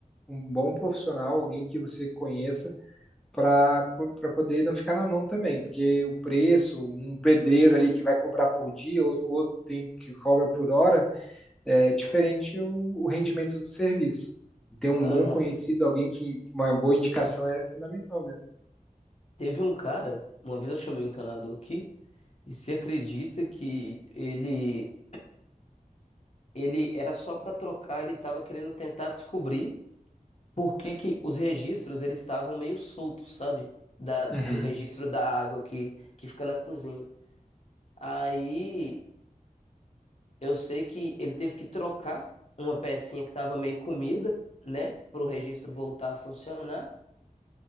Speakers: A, in the centre; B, on the left.
A: um bom profissional, alguém que você conheça para poder não ficar na mão também, porque o preço, um pedreiro ali que vai cobrar por dia, outro, outro tem que cobra por hora, é diferente o, o rendimento do serviço. Ter um
B: Aham.
A: bom conhecido, alguém que uma boa indicação é fundamental mesmo.
B: Teve um cara, uma vez eu chamei um encanador aqui, e você acredita que ele. ele era só para trocar, ele tava querendo tentar descobrir por que que os registros eles estavam meio soltos, sabe? Da,
A: Uhum.
B: o registro da água que, que fica na cozinha. Aí eu sei que ele teve que trocar uma pecinha que tava meio comida, né? Para o registro voltar a funcionar,